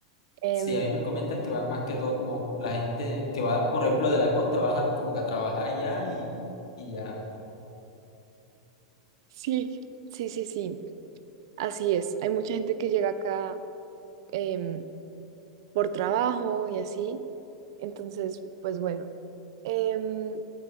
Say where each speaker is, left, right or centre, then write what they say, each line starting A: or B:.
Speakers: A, on the right; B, on the left.
A: Em,
B: Sí, a mí me comentan que van más que todo como la gente que va, por ejemplo, de la costa, baja como que a trabajar ya y, y ya.
A: sí, sí, sí, sí. Así es. Hay mucha gente que llega acá em, por trabajo y así. Entonces, pues bueno. Em,